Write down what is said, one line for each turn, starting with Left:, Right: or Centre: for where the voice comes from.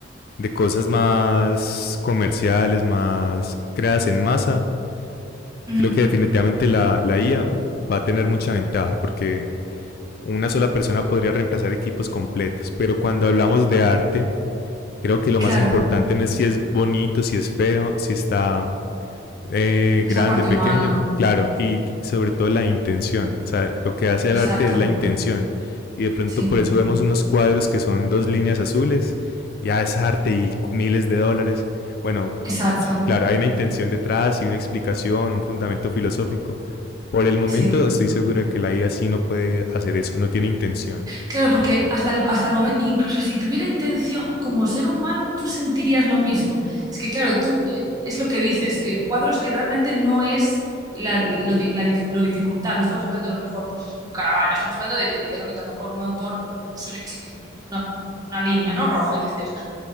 Left: de cosas más comerciales, más creadas en masa,
Right: Ujú.
Left: creo que definitivamente la, la IA va a tener mucha ventaja porque una sola persona podría reemplazar equipos completos. Pero cuando hablamos de arte, creo que lo más
Right: Claro,
Left: importante no es si es bonito, si es feo, si está eh,
Right: esa
Left: grande,
Right: parte
Left: pequeño,
Right: humana.
Left: claro, y sobre todo la intención. O sea, lo que hace el
Right: Exacto.
Left: arte es la intención. Y de pronto
Right: Sí,
Left: por eso vemos unos cuadros que son dos líneas azules, ya es arte y miles de dólares. Bueno,
Right: exacto.
Left: claro, hay una intención detrás y una explicación, un fundamento filosófico. Por el momento
Right: Sí.
Left: estoy seguro de que la IA sí no puede hacer eso, no tiene intención.
Right: Claro, porque hasta el, hasta el momento, incluso si tuviera intención, como ser humano, tú sentirías lo mismo. Es que, claro, tú eh, es lo que dices, eh, cuadros que realmente no es la, lo, di- la dif- lo dificultad. No estamos hablando a lo mejor, pues eso, de un Caravaggio. Estamos hablando de literalmente a lo mejor un autor ruso, yo que sé, que hizo, pintó una, una línea, ¿no? Roja, y dices,